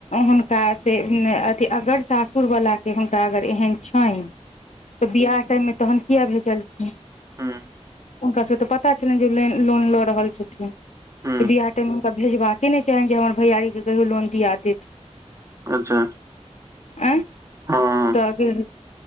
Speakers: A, on the left; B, on the right.
A: हुनका से अथी अगर सासुर वाला से हुनका अगर एहन छैन तऽ बियाह टाइम मे तहन किया भेजलखिन
B: हूँ
A: हुनका सबके तऽ पता छलनि जे ले लोन लऽ रहल छथिन त
B: हँ
A: बियाह टाइम मे त भेजबाके नहि चाहनि जे हमर भैयारी के कहियौ लोन दिया देत
B: अच्छा
A: अ
B: हँ
A: तऽ अगर